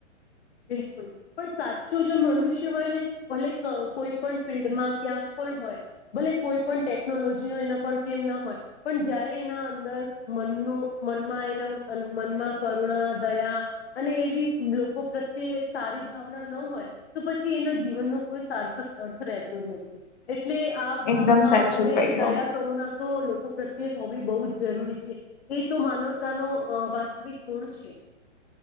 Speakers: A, on the left (about 55°); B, on the left (about 35°).
A: બિલકુલ પણ સાચું જે મનુષ્ય હોય ને ભલે કોઈ પણ ફિલ્ડમાં ક્યાંક પણ હોય ભલે કોઈ પણ ટેકનોલોજીનો એના પણ કેમ ના હોય પણ જયારે એના અંદર મન મનમાં એના મનમાં કરુણા દયા અને એવી લોકો પ્રત્યે તે સારી ભાવના ન હોય તો પછી એના જીવનનો કોઈ સાર્થક અર્થ રહેતો જ નથી એટલે આ ભાવના
B: એકદમ સાચું
A: અને
B: કહ્યું
A: દયા કરુ ના તો લોકો પ્રત્યે હોબી બહુ જ જરૂરી છે એ તો માનવતાનો વાસ્તવિક ગુણ છે